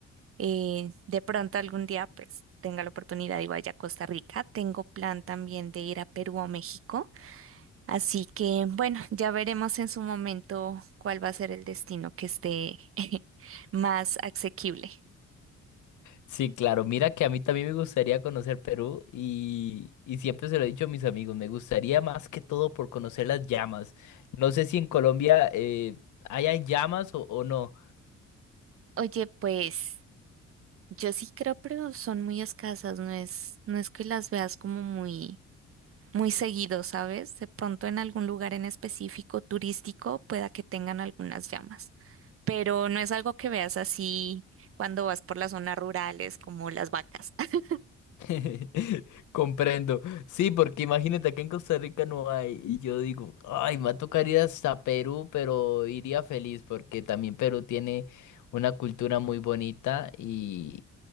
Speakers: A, on the right; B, on the left.
A: Eh, de pronto algún día, pues tenga la oportunidad y vaya a Costa Rica. Tengo plan también de ir a Perú o México. Así que, bueno, ya veremos en su momento cuál va a ser el destino que esté <laughs> más asequible.
B: Sí, claro, mira que a mí también me gustaría conocer Perú y, y siempre se lo he dicho a mis amigos, me gustaría más que todo por conocer las llamas. No sé si en Colombia eh, haya llamas o, o no.
A: Oye, pues. Yo sí creo, pero son muy escasas, no es, no es que las veas como muy, muy seguido, ¿sabes? De pronto en algún lugar en específico turístico pueda que tengan algunas llamas, pero no es algo que veas así cuando vas por las zonas rurales como las vacas. <laughs>
B: <laughs> Comprendo. Sí, porque imagínate, acá en Costa Rica no hay. Y yo digo, ay, me va a tocar ir hasta Perú, pero iría feliz porque también Perú tiene una cultura muy bonita y,